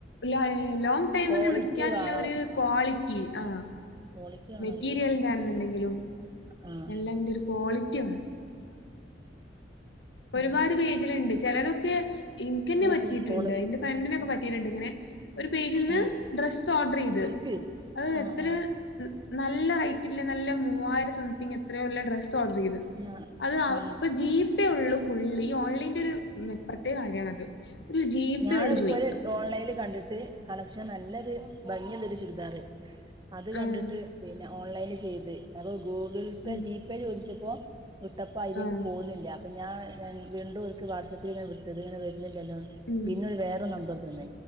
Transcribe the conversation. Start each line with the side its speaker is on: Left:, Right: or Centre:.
Left: ല ലോങ് ടൈമിൽന്ന്
Right: ക്വാളിറ്റി
Left: നിൽക്കാനുള്ള
Right: വേണം
Left: ഒരു ക്വാളിറ്റി
Right: ഉം
Left: ആ
Right: ക്വാളിറ്റി വേണം
Left: മെറ്റീരിയലിന്റെണെന്നണ്ടെങ്കിലും
Right: അതന്നെ ആഹ്
Left: എല്ലെങ്കിലും ക്വാ. ഒരുപാട്
Right: അതന്നെ
Left: പേജിലിണ്ട് ചിലതൊക്കെ എനിക്കന്നെ
Right: പോയോക്ക്
Left: പറ്റിയിട്ടിണ്ട്
Right: കോള്
Left: എന്റെ ഫ്രണ്ടിനൊക്കെ പറ്റി. ട്ടിണ്ട് ഇങ്ങനെ ഒരു പേജ്ന്ന്
Right: ആഹ്
Left: ഡ്രസ് ഓർഡർ ചെയ്ത്
Right: എടുക്ക്
Left: അത്
Right: ആഹ്
Left: എത്ര.
Right: ആഹ്
Left: നല്ല റേറ്റില്ല നല്ല മൂവായിരം സംതിങ് എത്രയോ ഡ്രസ്സ്. ഡ്രസ്സ്‌ ഓർഡർയത്
Right: ഞാ
Left: അത്
Right: ആഹ്
Left: ജി പേ ഉള്ളു ഫുൾ ഇ ഓൺലൈൻ ന്റെ. ഒരു മെച്ചം പ്രത്യേകകാര്യണത് ഒരു ജീപ്പേള്ളു
Right: ഞാനതുപോലെ
Left: ചോയിക്ക.
Right: ഓൺലൈനിൽ കണ്ടിട്ട് കളക്ഷൻ നല്ലൊരു ഭംങ്ങിള്ളൊരു ചുരിദാറ് അത് കണ്ടിട്ട്
Left: ആഹ്.
Right: പിന്നെ. ഓൺലൈന് ചെയ്ത് അപ്പൊ ഗൂഗിൾ പേ
Left: ഉം.
Right: ജി പേ ചോദിച്ചപ്പോ വിട്ടപ്പോ അയിലേക്ക്
Left: ആഹ്.
Right: പോകുന്നില്ല. അപ്പൊ ഞാൻഞാ വീണ്ടോ ഒൽക്ക് വാട്സ്ആപ്പിൽ ഇങ്ങനെ വിട്ടത് ഇങ്ങനെ വരുന്നില്ലല്ലോ
Left: ഉം.
Right: പിന്നെ ഒരു വേറെ നമ്പർ. തന്ന്